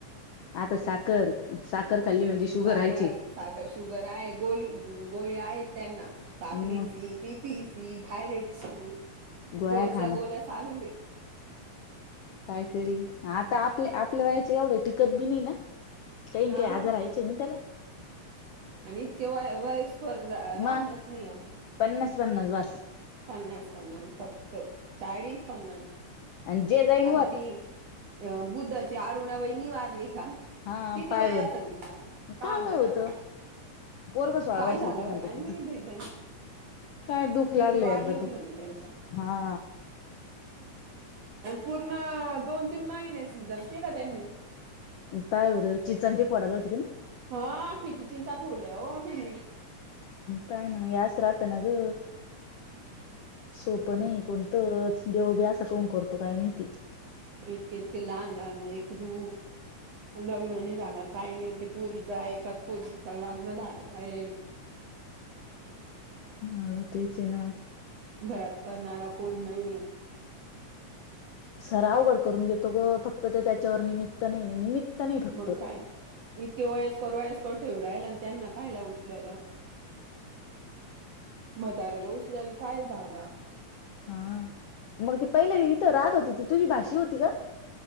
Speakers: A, on the left; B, on the right.
A: आता साखर साखर खाल्ली म्हणजे शुगर
B: साखर
A: राहायचे.
B: साखर शुगर आहे गोळी गोळी आहेच त्यांना साकरीची.
A: मग
B: बिपिन ची थायरॉइड सी
A: गोळ्या
B: रोजच्या
A: खाणं
B: गोला चालूच आहे.
A: काय करीन आता आपल्या आपल्या वयाचे एवढं टिकत बी नाही ना काही काही
B: हा
A: आजार
B: हा
A: आहेत. चिंतला.
B: आणि इतके वयस्कर राहणच
A: मग
B: नाही आपण
A: पन्नास पन्नास बास.
B: पन्नास पन्नास फक्त चाळीस पन्नास
A: आणि जे जाईन वर
B: आता ती अ बुद्धचे अरुणा वहिनी वारली काल.
A: हा
B: किती
A: पाय
B: वय
A: बर
B: असेल तिच का
A: काय वय
B: बरं
A: होतं
B: आता?
A: पोरग सोळा
B: काय
A: वर्षाच
B: झालं
A: म्हणत
B: होतं काय
A: तिचं
B: मा त्याने.
A: काय दुःख
B: बीपी
A: लागलं
B: वाढली
A: एकदा
B: होती
A: दुःख
B: म्हणे त्यांच्या.
A: हा
B: पूर्ण दोन तीन महिने सीझन केल त्यांनी.
A: त्यायवरर चिचां ती पडत आसतील.
B: हा कती चिसा फोडल्या ओ तेनी.
A: काय ना मग यास राहत ना ग सोपं नाही. कोणतच देव बी असं कोन करतो काय माहिती
B: इतके इतके लहान लहान लेकरकरू लग्न नाही झालं, काही नाही ते पोरीचा एकाच पोरीवीचा लग्न झालेलय.
A: हो तेच ना
B: घरात करणारा कोण नाही.
A: सार अवघड करून देतो ग फक्त ते त्याच्यावर निमित्त नाही निमित्त, नाही फक्त
B: मग काय इतके वयस्कर वयस कर ठेवू राहिला आणि त्यांना खयला उचलता म्हताऱ्याला उचल्याला काय झाला.
A: हा मग ती पहिले इथं रहात होती ती तुझी भाशी होती का?